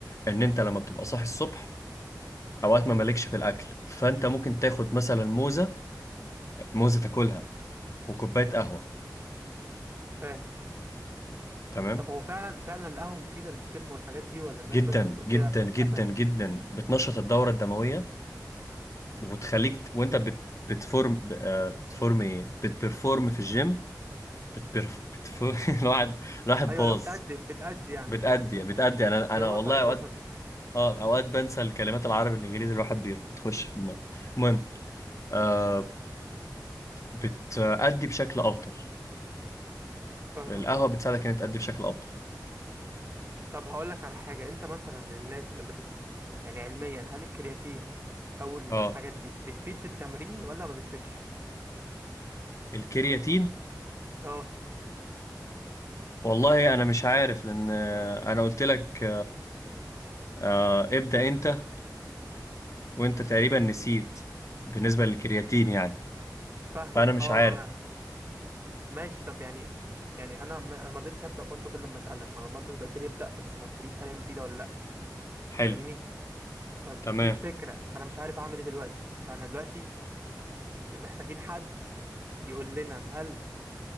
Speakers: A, on the left (about 45°); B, on the right (about 35°).
A: ان انت لما بتبقى صاحي الصبح اوقات ما مالكش في الاكل فانت ممكن تاخد مثلا موزه موزه تاكلها وكوباية قهوة
B: فاهم فاهم
A: تمام
B: طب هو فعلا فعلا القهوة مفيدة للجيم والحاجات دي ولا الناس
A: جدا
B: بس بتقول
A: جدا
B: كده
A: جدا
B: عشان
A: جدا بتنشط الدورة الدموية وبتخليك ت- وانت بت... بتفورم ب- آه، بتفورم ايه بتبرفورم في الجيم بتبرف... بتفورم <laughs> الواحد راح باظ
B: ايوه لو بتأدي بتأدي يعني
A: بتأدي
B: بتأدي فهمت
A: بتأدي انا انا
B: وصلت
A: والله اوقات
B: وصلت
A: اه اوقات بنسى الكلمات العربي الانجليزي الواحد بي- بتخش في دماغه المهم آه بتأدي بشكل افضل
B: فاهمك
A: القهوة
B: اه
A: بتساعدك انك تأدي بشكل افضل
B: طب هقول لك على حاجة انت مثلا من الناس اللي بت يعني علميا هل الكرياتين او الحاجات
A: اه
B: دي بتفيد في التمرين ولا ما بتفيدش
A: الكرياتين
B: اه
A: والله انا مش عارف لان آه، انا قلت لك آه ابدأ انت وانت تقريبا نسيت بالنسبة للكرياتين يعني
B: فاهمك
A: فأنا مش
B: اه
A: عارف
B: انا ماشي طب يعني يعني انا ما انا ما رضيتش ابدا برضو غير لما اسالك ما انا برضو انت قلت لي ابدا بس ما قلتليش هل هي مفيده ولا لا
A: حلو
B: فاهمني ف- فدي
A: تمام
B: الفكرة أنا مش عارف أعمل إيه دلوقتي فأنا دلوقتي محتاجين حد يقول لنا هل